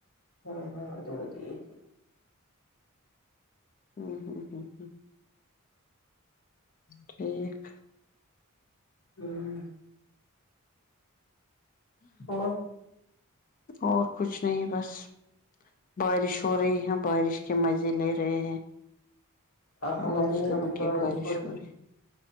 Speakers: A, on the left (about 70°); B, on the left (about 40°).
A: ہاں ہاں دودی تھی
B: ہمم ہمم ہمم ہمم ٹھیک
A: ہوں ہو
B: اور کچھ نہیں بس بارش ہو رہی ہے بارش کے مزے لے رہے ہیں
A: ہمارے
B: بہت زوروں
A: یہاں پہ
B: کی بارش
A: ہوتی
B: ہو رہی